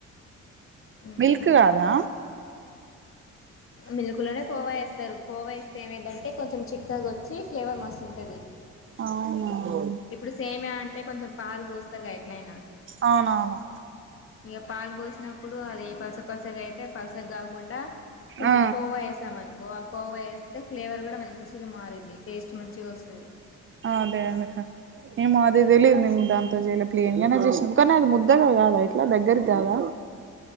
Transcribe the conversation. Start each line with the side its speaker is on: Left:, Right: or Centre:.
Left: ఇంకేమో
Right: మిల్క్ కాదా
Left: మిల్క్లా నే కోవా ఎస్తారు కోవా ఎస్తే ఏమైదంటే కొంచెం చిక్కగా వచ్చి ఫ్లేవర్ మస్తు ఉంటది
Right: అవునా
Left: ఇప్పుడు సేమ్యా అంటే కొంచెం పాలు పోస్తారుగా ఎట్లయినా
Right: అవునవును
Left: ఇగ పాలు పోసినప్పుడు అది పల్స పల్సగాయితే పల్సగాకుండా కొంచెం
Right: ఆ
Left: కోవా యేసామాన్ వా కోవా ఏస్తే ఫ్లేవర్ కూడా మంచిగా మారింది టేస్ట్ మంచిగా వస్తది
Right: ఆ అదే అదే ఏమో అది తెలిదు మేము దా అటాచేయలే ప్లేన్గా నే చేసినాం కానీ అది ముద్దగా కాదా ఇట్లా దగ్గరికి కాదా